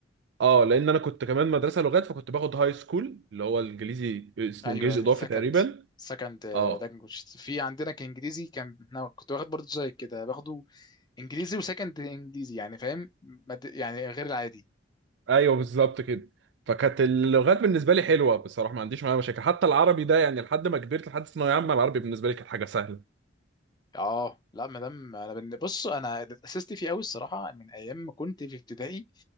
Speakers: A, on the right (about 65°); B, on the left (about 20°).
A: اه لان انا كنت كمان مدرسه لغات فكنت باخد هاي سكول اللي هو الانجليزي اسمه
B: ايوه
A: انجليزي
B: أيوة،
A: اضافي
B: سكند
A: تقريبا
B: سكند
A: اه
B: لانجوج في عندنا كانجليزي كان انا كنت واخد برضه زي كده باخده انجليزي وسكند انجليزي يعني فاهم مد- يعني غير العادي
A: ايوه بالظبط كده فكانت اللغات بالنسبه لي حلوه بصراحه ما عنديش معاها مشاكل حتى العربي ده يعني لحد ما كبرت لحد ثانويه عامه العربي بالنسبه لي كانت حاجه سهله
B: اه لا مدام انا بن- بص انا اتأسست فيه قوي الصراحه من ايام ما كنت في ابتدائي